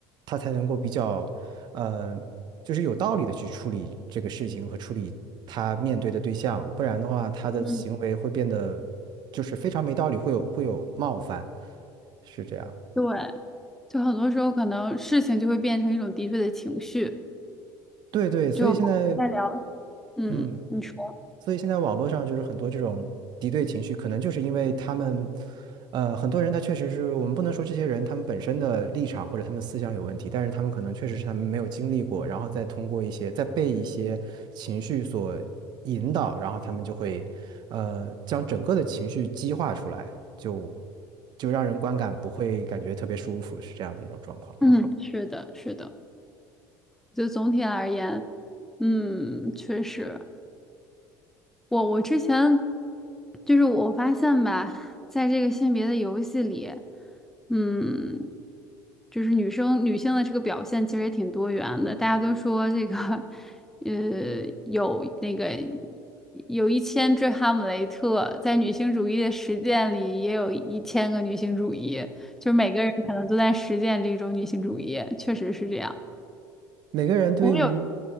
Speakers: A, on the right; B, in the centre.
A: 他才能够比较，呃，就是有道理的去处理这个事情和处理他面对的对象，不然的话，他的行为会变得就是非常没道理，
B: 嗯，
A: 会有会有冒犯，是这样。
B: 对。就很多时候可能事情就会变成一种敌对的情绪，
A: 对对，所以现在，
B: 就在聊，嗯，
A: 嗯，
B: 你说，
A: 所以现在网络上就是很多这种敌对情绪，可能就是因为他们，呃，很多人他确实是我们不能说这些人他们本身的立场或者他们思想有问题，但是他们可能确实是他们没有经历过，然后再通过一些再被一些情绪所引导，然后他们就会，呃，将整个的情绪激化出来，就就让人观感不会感觉特别舒服，是这样的一种状况。
B: 嗯，是的，是的，就总体而言，嗯，确实。我我之前就是我发现吧，在这个性别的游戏里，嗯，就是女生女性的这个表现其实也挺多元的。大家都说这个，呃，有那个有一千只哈姆雷特，在女性主义的实践里也有一千个女性主义，就是每个人可能都在实践这种女性主义，确实是这样。
A: 每个人对于，
B: 我有，